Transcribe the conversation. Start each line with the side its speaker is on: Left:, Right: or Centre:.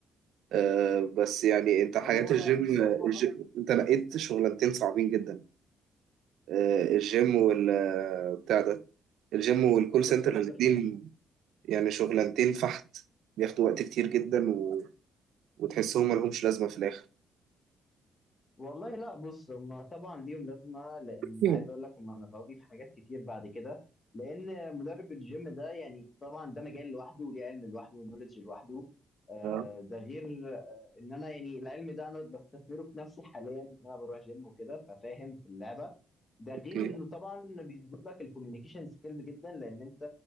Right: أه بس يعني أنت حياة
Left: هو
Right: الجيم
Left: هو
Right: الجيم
Left: اه
Right: أنت لقيت شغلانتين صعبين جدا أه الجيم وال آه، بتاع ده الجيم والكول سنتر
Left: كول سنتر
Right: الاتنين يعني شغلانتين فحت بياخدوا وقت كتير جدا و... وتحسهم ملهمش لازمة في الآخر
Left: والله لا بص هم طبعا ليهم لازمه لان
Right: إيه.
Left: عايز اقول لك هم نفعوني في حاجات كتير بعد كده لان مدرب الجيم ده يعني طبعا ده مجال لوحده وليه علم لوحده ونولج لوحده آه،
Right: اه
Left: ده غير آه، ان انا يعني العلم ده انا بستثمره في نفسي حاليا ان انا بروح جيم وكده ففاهم في اللعبه ده
Right: اوكي
Left: غير انه طبعا بيظبط لك الكوميونيكيشن سكيلز جدا لان انت